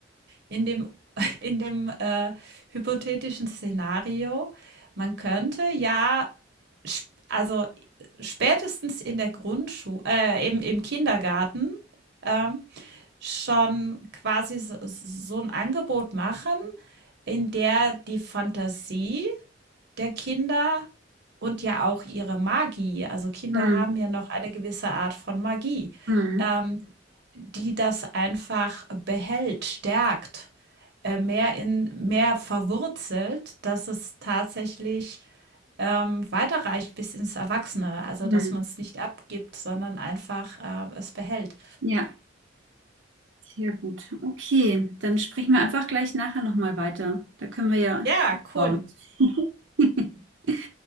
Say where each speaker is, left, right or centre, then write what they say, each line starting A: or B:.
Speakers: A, on the right; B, on the right.
A: in dem, <laughs> in dem äh, hypothetischen Szenario. Man könnte ja, sp- also spätestens in der Grundschule, äh, im, im Kindergarten, ähm, schon quasi so, so ein Angebot machen, in der die Fantasie der Kinder und ja auch ihre Magie. Also Kinder
B: Hm.
A: haben ja noch eine gewisse Art von Magie,
B: Hm.
A: ähm, die das einfach behält, stärkt, äh, mehr in mehr verwurzelt, dass es tatsächlich ähm, weiterreicht bis ins Erwachsene. Also
B: Hm.
A: dass man es nicht abgibt, sondern einfach äh, es behält.
B: Ja, sehr gut. Okay, dann sprechen wir einfach gleich nachher nochmal weiter. Da können wir ja
A: Ja,
B: bauen.
A: cool.
B: <laughs>